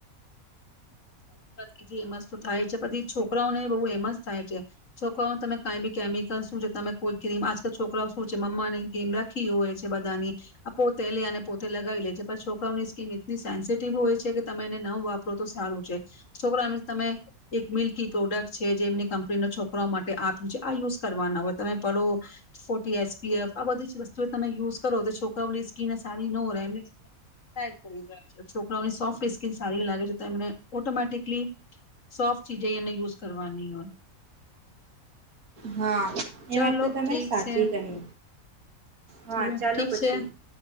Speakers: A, on the left; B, on the right.
A: <unintelligible> એમસ થાય છે પછી છોકરાઓને બહુ એમસ થાય છે. છોકરાઓ તમે કઈ ભી કેમિકલ શું છે તમે કોઈ ક્રીમ આજકાલ છોકરાઓ શું છે મમમાં ની ક્રીમ રાખી હોય છે બધાની આ પોતે લે અને પોતે લગાવી લે છે પણ છોકરાઓની સ્કીિન એટલી સેન્સિટિવ હોય છે કે તમે એને ન વાપરો તો સારું. <unintelligible> છોકરા તમે એક મિલ્કી પ્રોડક્ટ છે જે એમની કંપની ન છોકરાઓ માટે આપ્યું છે આ યુઝ કરવાના હોય તમે પેલો ફોર્ટી એસપીએફ આ બધી જ વસ્તુ તમે યુઝ કરો તો છોરાઓની સ્કીિન સારી નો રહે એ જાય છોકરાઓની સોફ્ટ સ્કીિન સારી લાગે છે એ ઓટોમેટિકલી સોફ્ટ ચીજ એને યુઝ કરવાની હોય.
B: હા, એ
A: ચલો
B: વાત તો તમે
A: ઠીક
B: સાચી
A: છે
B: કહી. હા
A: ચલો
B: ચાલો
A: ઠીક
B: પછી
A: છે.